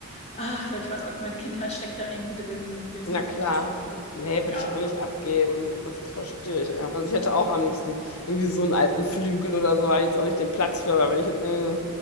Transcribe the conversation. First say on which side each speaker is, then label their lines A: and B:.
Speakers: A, on the left; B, on the left.
A: ach ja, ich weiß auch nicht, meine Kindheit steckt da irgendwie drin und jedes
B: Na
A: Mal,
B: klar.
A: wenn ich das anhöre,
B: Nee,
A: ja,
B: würde ich auch nicht abgeben. Das verstehe ich. ja. Also ich hätte auch am liebsten irgendwie so einen alten Flügel oder so, weil jetzt auch nicht den Platz für, aber wenn ich jetzt irgendwie so